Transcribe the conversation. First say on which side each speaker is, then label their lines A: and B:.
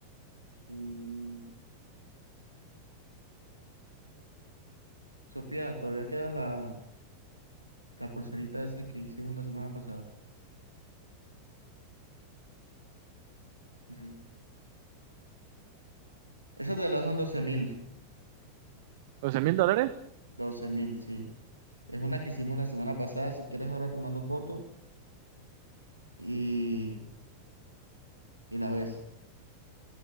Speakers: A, on the right (about 85°); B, on the right (about 50°).
A: Mm, Sofía, todavía queda la, La pulserita esa que hicimos la semana pasada. Mm. Esa te la dejo en 12 mil.
B: doce mil dólares?
A: doce mil, sí. Es una que hicimos la semana pasada. Si quieres, ahora te mando foto y, y la ves.